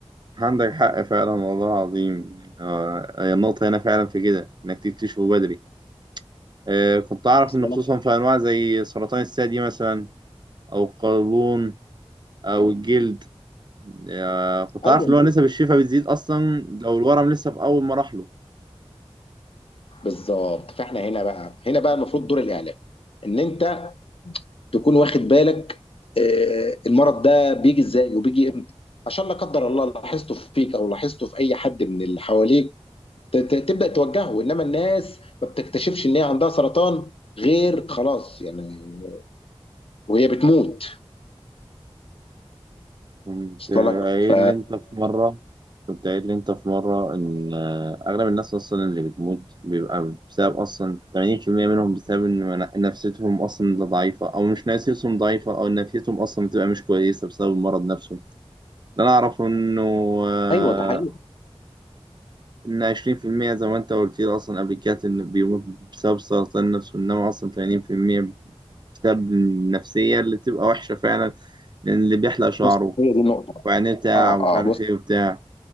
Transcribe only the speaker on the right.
عندك حق فعلا والله العظيم آه، هي النقطة هنا فعلا في كده إنك تكتشفه بدري آه، كنت أعرف
إن
خصوصا في أنواع زي سرطان الثدي مثلا أو القولون أو الجلد آه، كنت
أعرف اللي هو نسب الشفاء بتزيد أصلا لو الورم لسه في أول مراحله
كنت
قايل
لي انت في مرة كنت قايل لي انت في مرة ان آه، اغلب الناس اصلا اللي بتموت بيبقى بسبب اصلا 80% منهم بسبب ان من- نفسيتهم اصلا لا ضعيفة او مش نفسيتهم ضعيفة او نفسيتهم اصلا بتبقى مش كويسة بسبب المرض نفسه اللي انا اعرفه انه آه،
ان 20% زي ما انت قلت لي اصلا قبل كده انه بيموت بسبب سرطان النفس وانما اصلا 80% بسبب النفسية اللي بتبقى وحشة فعلا لان اللي بيحلق شعره
وعينيه بتاع
ومش عارف
ايه وبتاع